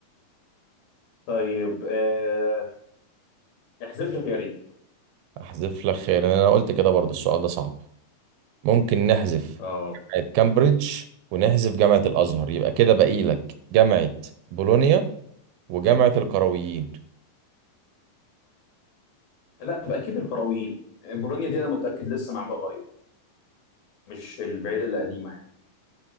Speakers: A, on the left; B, on the right.
A: طيب آه احذف لي خيارين
B: احذف لك خيارين انا قلت كده برضو السؤال ده صعب ممكن نحذف
A: اه
B: جامعة كامبريدج ونحذف جامعة الازهر يبقى كده باقي لك جامعة بولونيا وجامعة القرويين
A: لا يبقى اكيد القرويين بولونيا دي انا متاكد لسه معموله قريب مش البعيده اللي قديمه يعني